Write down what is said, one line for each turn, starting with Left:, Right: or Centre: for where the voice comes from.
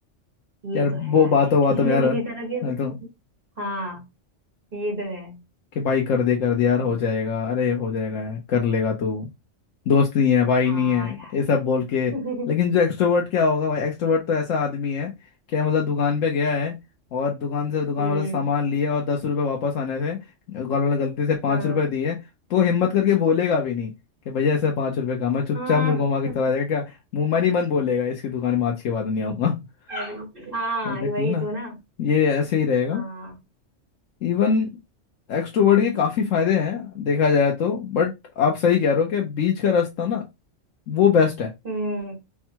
Right: ये
Left: कि यार
Right: तो है
Left: वो
Right: यार
Left: बातों बातों
Right: किसी
Left: में
Right: ना
Left: यार
Right: किसी तरह के
Left: नहीं
Right: तो,
Left: तो
Right: हाँ ये तो है
Left: कि भाई कर दे कर दे
Right: वही
Left: यार हो जाएगा अरे हो जाएगा यार, कर लेगा तू दोस्त नहीं है भाई
Right: हाँ
Left: नहीं है
Right: यार
Left: ये सब बोल के
Right: <laughs>
Left: लेकिन जो एक्सट्रोवर्ट क्या होगा भाई एक्सट्रोवर्ट तो ऐसा आदमी है क्या मतलब दुकान पे गया है और दुकान से दुकान
Right: हम्म
Left: वाले से सामान लिए और दस रुपए वापस आने थे दुकान वाले ने गलती से पाँच
Right: हाँ
Left: रुपए दिए तो हिम्मत करके बोलेगा भी नहीं कि भैया ऐसे पाँच रुपए का मैं चुपचाप
Right: हाँ
Left: मुंह घुमा के
Right: <laughs>
Left: चला जाएगा क्या मुंह मन ही मन बोलेगा इसकी दुकान में आज के बाद नहीं आऊंगा <laughs>
Right: अरे, हाँ
Left: एग्जैक्टली
Right: वही
Left: ना
Right: तो ना
Left: ये ऐसे ही रहेगा
Right: हाँ
Left: इवन एक्सट्रोवर्ट के काफी फायदे हैं देखा जाए तो बट आप सही कह रहे हो कि बीच का रास्ता ना वो बेस्ट है
Right: हम्म